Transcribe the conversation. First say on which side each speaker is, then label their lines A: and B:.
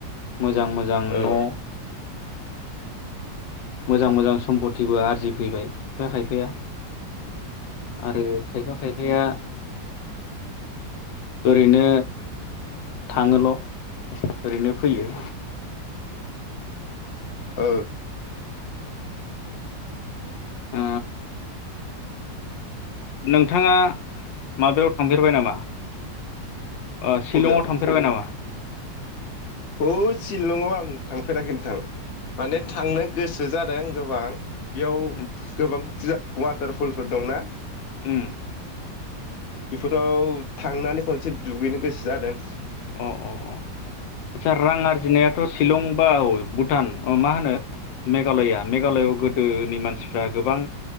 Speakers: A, on the left; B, on the left.
A: मोजां मोजां
B: ओ
A: न मोजां मोजां सम्पतिबो आरजिफैबाय खायफा खायफाया आरो खायफा खायफाया ओरैनो थांङोल ओरैनो फैयो
B: ओ
A: <inaudible> ओ नोंथांङा माबायाव थांफेरबाय नामा? ओ शिलंआव
B: बबेयाव
A: थांफेरबाय नामा?
B: औ शिलंआव आं थांफेराखै नोंथां माने
A: उम
B: थांनो गोसो जादों। दों‌ गोबां बेयाव
A: उम
B: गोबां जा वाटारफलफोर दंना
A: उम
B: बेफोराव थांनानै खनसे दुगैनो गोसो जादों
A: अ अ अ आदसा रां आरजिनायाथ शिलं बा औ भुटान मा होनो मेघालया मेघालआव गोदोनि मानसिफ्रा गोबां